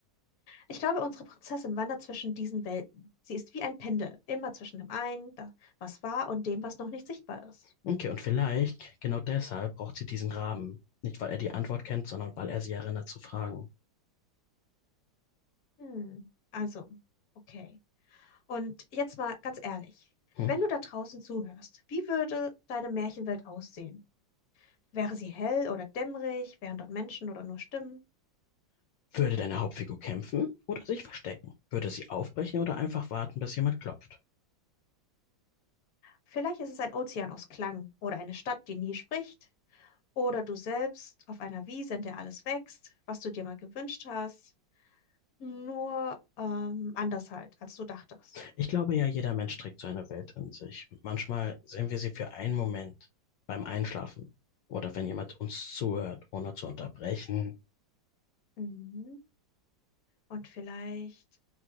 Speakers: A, on the left; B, on the left.
A: Ich glaube, unsere Prinzessin wandert zwischen diesen Welten. Sie ist wie ein Pendel, immer zwischen dem einen, da- was war, und dem, was noch nicht sichtbar ist.
B: Okay, und vielleicht, genau deshalb braucht sie diesen Rahmen. Nicht, weil er die Antwort kennt, sondern weil er sie erinnert zu fragen.
A: Hm. Also, okay. Und jetzt mal ganz ehrlich.
B: Hm?
A: Wenn du da draußen zuhörst, wie würde deine Märchenwelt aussehen? Wäre sie hell oder dämmerig? Wären dort Menschen oder nur Stimmen?
B: Würde deine Hauptfigur kämpfen oder sich verstecken? Würde sie aufbrechen oder einfach warten, bis jemand klopft?
A: Vielleicht ist es ein Ozean aus Klang oder eine Stadt, die nie spricht. Oder du selbst auf einer Wiese, in der alles wächst, was du dir mal gewünscht hast. Nur ähm, anders halt, als du dachtest.
B: Ich glaube ja, jeder Mensch trägt so eine Welt in sich. Manchmal sehen wir sie für einen Moment beim Einschlafen oder wenn jemand uns zuhört, ohne zu unterbrechen.
A: Mhm. Und vielleicht,